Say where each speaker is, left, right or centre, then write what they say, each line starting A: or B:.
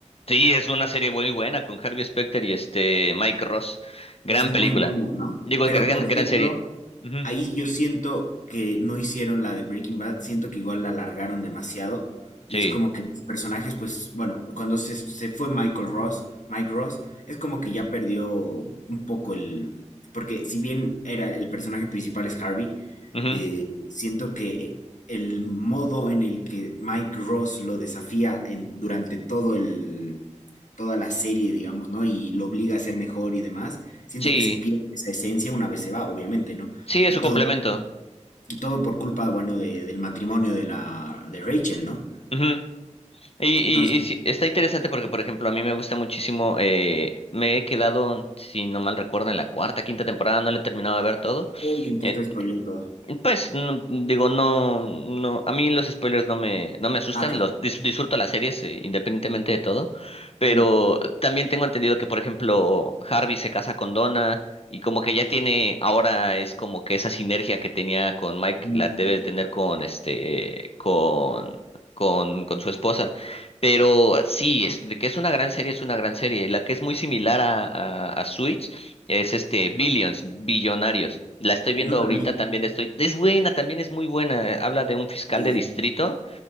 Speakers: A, on the left; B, on the left.
A: Sí, es una serie muy buena con Harvey Specter y este Mike Ross. Gran
B: Es muy
A: película.
B: buena, ¿no?
A: Digo,
B: Pero,
A: gran,
B: por ejemplo,
A: gran serie. Ujú,
B: Ahí yo siento que no hicieron la de Breaking Bad, siento que igual la alargaron demasiado
A: Sí.
B: y es como que los personajes, pues bueno, cuando se, se fue Michael Ross, Mike Ross, es como que ya perdió un poco el... Porque si bien era el personaje principal es Harvey,
A: ujú,
B: eh, siento que el modo en el que Mike Ross lo desafía en- durante todo el, toda la serie, digamos, ¿no? Y lo obliga a ser mejor y demás, siento
A: Sí.
B: que se pierde esa esencia una vez se va, obviamente, ¿no?
A: Sí, es
B: Y
A: su
B: todo,
A: complemento.
B: y todo por culpa, bueno, de- del matrimonio de la de Rachel, ¿no?
A: Ujú. Y,
B: Entonces,
A: y, y sí, está interesante porque, por ejemplo, a mí me gusta muchísimo, eh, me he quedado, si no mal recuerdo, en la cuarta, quinta temporada, no la he terminado de ver todo,
B: uy, entonces
A: eh,
B: te spoileo todo.
A: Pues no- digo, no, no, a mí los spoilers no me, no me asustan,
B: Ah, ok.
A: los dis- disfruto las series eh, independientemente de todo, pero
B: Ujú,
A: también tengo entendido que, por ejemplo, Harvey se casa con Donna y como que ya tiene, ahora es como que esa sinergia que tenía con Mike
B: ujú.
A: la debe de tener con este, con, con, con su esposa, pero sí, es, de que es una gran serie, es una gran serie, y la que es muy similar a, a, a Suits es este, Billions, Billonarios. La estoy viendo
B: No
A: ahorita,
B: la vi.
A: también estoy. Es buena, también es muy buena. eh, Habla de un fiscal
B: Ok.
A: de distrito